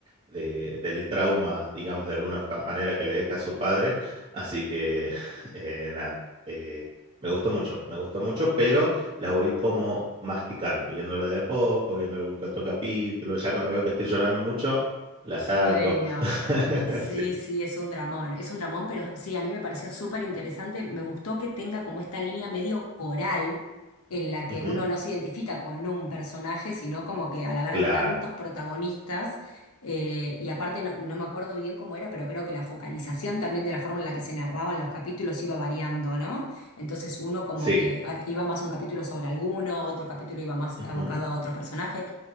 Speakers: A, on the right; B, on the left.
A: de- del trauma, digamos, de alguna fa- manera que le deja su padre. Así que, <laughs> eh, nada, eh, me gustó mucho, me gustó mucho, pero la voy como masticando, viéndola de a poco, viendo algún que otro capítulo. Ya cuando veo que estoy llorando mucho, la saco.
B: Freno.
A: <laughs>
B: Sí,
A: Sí, sí.
B: sí, es un dramón, es un dramón, pero sí, a mí me pareció súper interesante, me gustó que tenga como esta línea medio coral en la que
A: Ujú,
B: uno no se identifica con un personaje, sino como que al haber
A: Claro,
B: tantos protagonistas, eh, y aparte no, no me acuerdo bien cómo era, pero creo que la focalización también de la forma en la que se narraban los capítulos iba variando, ¿no? Entonces uno como
A: sí.
B: que ah, iba más un capítulo sobre alguno, otro capítulo iba más
A: Ujú,
B: abocado a otro personaje.